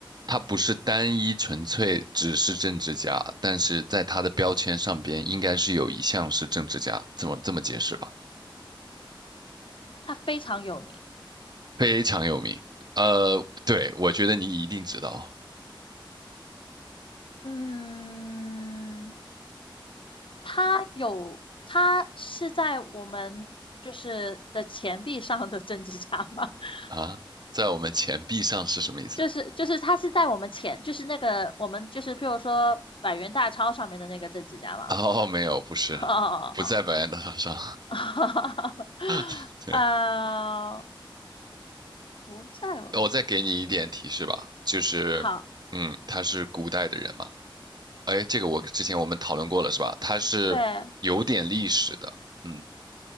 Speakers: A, on the right; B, on the left.
A: 他不是单一纯粹只是政治家，但是在他的标签上边应该是有一项是政治家，这么这么解释吧？
B: 他非常有名。
A: 非常有名。呃，对，我觉得你一定知道
B: 嗯，他有，他是在我们就是的钱币上的政治家吗？<laughs>
A: 啊，在我们钱币上是什么意思？
B: 就是就是他是在我们钱，就是那个我们就是譬如说百元大钞上面的那个政治家吗？
A: 哦，没有，不是，
B: <laughs> 哦哦
A: 不在白洋淀上。
B: 哦，<laughs>
A: <laughs> 对，
B: 呃，不在我们，
A: 我，我再给你一点提示吧，就是，
B: 好，
A: 嗯，他是古代的人嘛。哎，这个我之前我们讨论过了是吧？他是有点历史的。
B: 对，
A: 嗯。